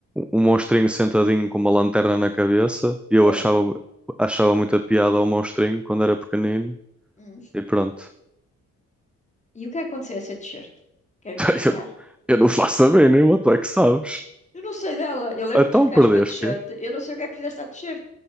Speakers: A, in the centre; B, on the left.
A: um monstrinho sentadinho com uma lanterna na cabeça. E eu
B: É.
A: achava, achava muita piada ao monstrinho quando era pequenino.
B: Hum.
A: E pronto.
B: E o que é que aconteceu a essa t-shirt? Queres-me
A: <laughs>
B: contar?
A: Eu, não- eu não faço a mínima, tu é que sabes.
B: Eu não sei dela. Eu lembro
A: Então
B: que tu ficaste
A: perdeste-a.
B: com a t-shirt. Eu não sei o que é que fizeste à t-shirt.